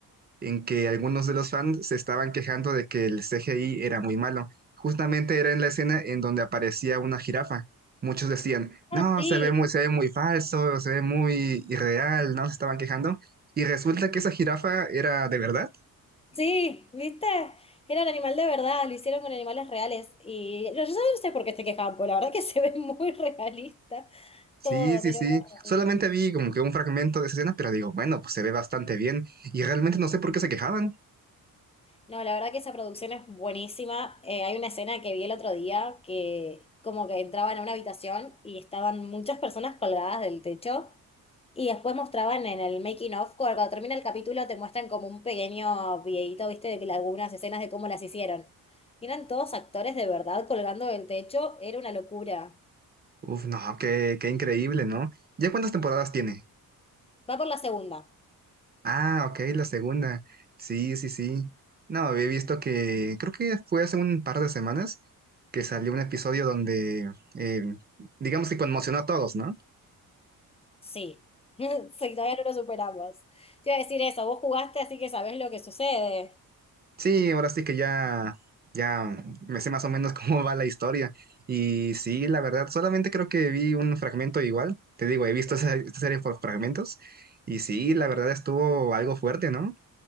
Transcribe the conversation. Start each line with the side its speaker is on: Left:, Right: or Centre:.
Right: en que algunos de los fans se estaban quejando de que el CGI era muy malo. Justamente era en la escena en donde aparecía una jirafa. Muchos decían,
Left: Ah,
Right: no,
Left: sí.
Right: se ve muy, se ve muy falso, se ve muy irreal, ¿no? Se estaban quejando. Y resulta que esa jirafa era de verdad.
Left: Sí, ¿viste? Era el animal de verdad, lo hicieron con animales reales. Y yo, yo no sé por qué se quejaban, porque la verdad que <laughs> se ve muy realista
Right: Sí,
Left: todo,
Right: sí,
Left: pero
Right: sí.
Left: bueno.
Right: Solamente vi como que un fragmento de esa escena, pero digo, bueno, pues se ve bastante bien. Y realmente no sé por qué se quejaban.
Left: No, la verdad que esa producción es buenísima. Eh, hay una escena que vi el otro día que como que entraban a una habitación y estaban muchas personas colgadas del techo y después mostraban en el making of, cuando, cuando termina el capítulo te muestran como un pequeño videíto, viste, de que algunas escenas de cómo las hicieron. Y eran todos actores de verdad colgando del techo, era una locura.
Right: Uf, no, qué, qué increíble, ¿no? ¿Ya cuántas temporadas tiene?
Left: Va por la segunda,
Right: Ah, ok, la segunda. Sí, sí, sí. No, había visto que, creo que fue hace un par de semanas que salió un episodio donde, eh, digamos que conmocionó a todos, ¿no?
Left: sí. <laughs> Sí, todavía no lo superamos. Te iba a decir eso, vos jugaste así que sabés lo que sucede.
Right: Sí, ahora sí que ya, ya me sé más o menos <laughs> cómo va la historia. Y sí, la verdad, solamente creo que vi un fragmento igual. Te digo, he visto esa, esta serie por fragmentos. Y sí, la verdad estuvo algo fuerte, ¿no?